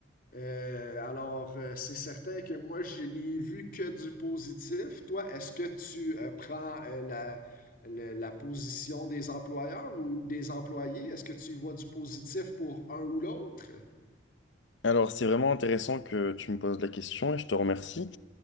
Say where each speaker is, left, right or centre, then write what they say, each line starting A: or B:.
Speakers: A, on the left; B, on the left.
A: Euh, alors, euh, c'est certain que moi, je n'ai vu que du positif. Toi, est-ce que tu euh, prends euh, la, le- la position des employeurs ou des employés? Est-ce que tu y vois du positif pour un ou l'autre?
B: Alors, c'est vraiment intéressant que tu me poses la question et je te remercie.